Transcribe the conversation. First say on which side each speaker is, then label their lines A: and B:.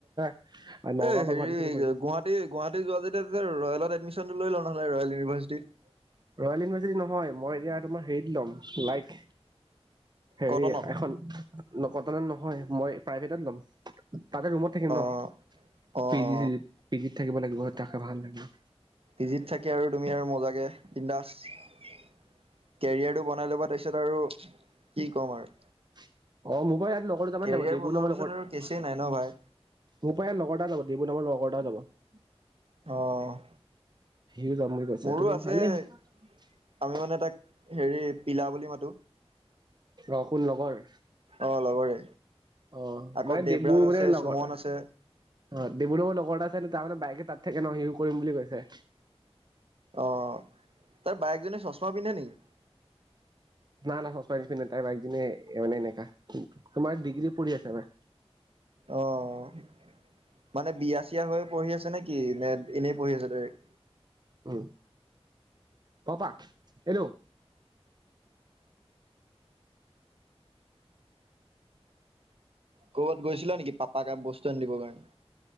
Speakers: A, on the right; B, on the right.
A: <unintelligible> নগাঁও
B: এ
A: বা
B: হেৰি,
A: গুৱাহাটী চাইডে কৰিম।
B: গুৱাহাটী গুৱাহাটীত যোৱা যেতিয়া ৰয়েলত এডমিছন লৈ ল নহ'লে ৰয়েল ইউনিভাৰ্চিটিত।
A: ৰয়েল ইউনিভাৰ্চিটি নহয় মই এতিয়া তোমাৰ হেৰিত ল'ম লাইক। হেৰি
B: কটনত
A: এখন। কটনত নহয় মই প্ৰাইভেটত ল'ম। তাতে ৰুমত থাকিম
B: অ
A: ন,
B: অ
A: পি
B: অ
A: জি চিজি পিজিত। থাকিব লাগিব থাকি ভাল লাগিব।
B: পিজিত থাকে আৰু তুমি আৰু মজাকে বিন্দাস। কেৰিয়াৰটো বনাই ল'বা তাৰপিছত আৰু কি ক'ম আৰু।
A: <unintelligible>
B: কেৰিয়াৰ বনোৱাৰ পিছত আৰু কেছেই নাই ন ভাই
A: <unintelligible>
B: অ'।
A: সিও যাম বুলি কৈছে
B: মোৰো
A: তোৰ
B: আছে
A: ভালেই।
B: আমি মানে তাক হেৰি পিলা বুলি মাতো।
A: অঁ কোন লগৰ
B: অঁ লগৰে
A: অ'
B: আকৌ
A: মানে
B: দেৱৰাজ
A: ডেবু মানে
B: আছে
A: লগৰ
B: সুমন আছে
A: অ' ডেবু লগৰ লগৰ এটা আছে ন তাৰমানে বাইকে তাত থাকে ন হিউ কৰিম বুলি কৈছে
B: অ' তাৰ বায়েকজনী চশমা পিন্ধে নেকি
A: না না শচমা নিপিন্ধে তাই বাইকজনী এনেকা তোমাৰ ডিগ্ৰী পঢ়ি আছে না
B: অ' মানে বিয়া চিয়া হৈ পঢ়ি আছে নে কি নে এনেই পঢ়ি আছে ডাইৰেক্ট
A: উম পাপা এইটো
B: ক'বাত গৈছিলা নেকি পাপাকে বস্তু আনি দিবৰ কাৰণে